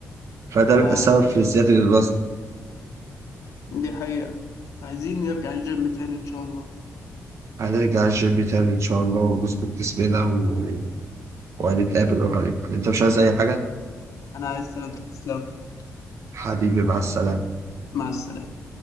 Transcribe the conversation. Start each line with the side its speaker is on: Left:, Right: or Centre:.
Right: فده بيبقى
Left: اه
Right: السبب في زيادة الوزن
Left: دي حقيقة عايزين نرجع الجيم تاني إن شاء الله
Right: هنرجع الجيم تاني إن شاء الله ونظبط جسمنا و... وهنتقابل قريب أنت مش عايز أي حاجة؟
Left: أنا عايز سلامتك تسلم
Right: حبيبي مع السلامة.
Left: مع السلامة